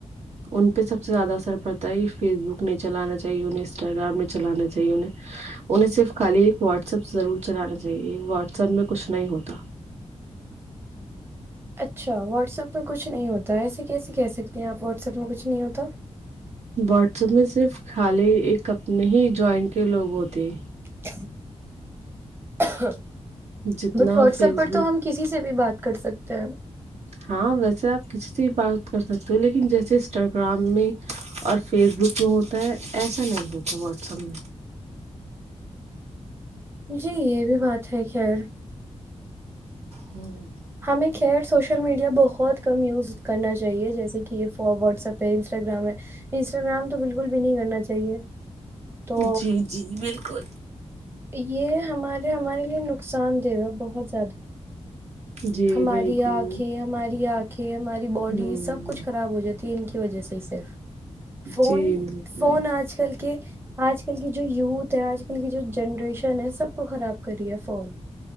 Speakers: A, on the right; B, on the right.
A: ان پہ سب سے زیادہ اثر پڑتا ہے یہ فیس بک ن چلانا چاہیے ان انسٹا گارم میں چلانا چاہیے انہیں صرف خالی ایک واٹسپ ضرور چلانا چاہیے واٹس ایپ میں کچھ نہیں ہوتا
B: اچھا واٹسپ پہ کچھ نہیں ہوتا ایسے کیسے کہہ سکتے ہیں آپ واٹسپ میں کچھ نہیں ہوتا
A: واٹسپ میں صرف خالی ایک کپ نہیں جوائنٹ کے لوگ ہوتے
B: ہ <unintelligible>
A: جتنا
B: بٹ واٹس
A: فیس
B: ایپ پر
A: بک
B: تو ہم کسی سے بھی بات کر سکتے ہیں
A: ہاں ویسے آپ کسی سے ہی بات کر سکتے ہو لیکن جیسے انسٹاگرام میں اور فیس بک میں ہوتا ہے ایسا نہیں ہوتا واٹسپ میں
B: جی یہ بھی بات ہے خیر
A: ھمم
B: ہمیں خیر سوشل میڈیا بہت کم یوز کرنا چاہیے جیسے کہ یہ واٹسپ ہے انسٹاگرام ہے انسٹاگرام تو بالکل بھی نہیں کرنا چاہیے تو
A: جی جی بالکل
B: یہ ہمارے ہمارے لیے نقصان دہوا بہت زد
A: جی
B: ہماری
A: بالکل
B: آنکھیں ہماری آنکھیں کہ ہماری باڈی
A: ہوں
B: سب کچھ خراب ہو جاتی تین کی وجہ سے ہی صرف فون
A: جی بالکل
B: فون آج کل کے آج کل کی جو یوتھ ہے آج کل کی جو جنریشن ہے سب کو خراب کرییا فون